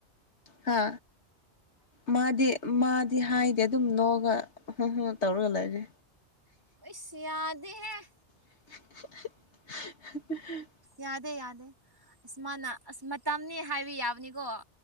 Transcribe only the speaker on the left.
ꯍꯥ ꯃꯥꯗꯤ ꯃꯥꯗꯤ ꯍꯥꯏ ꯁꯤ ꯑꯗꯨꯝ ꯅꯣꯛꯑꯒ ꯇꯧꯔꯒ ꯂꯩꯁꯦ
<unintelligible>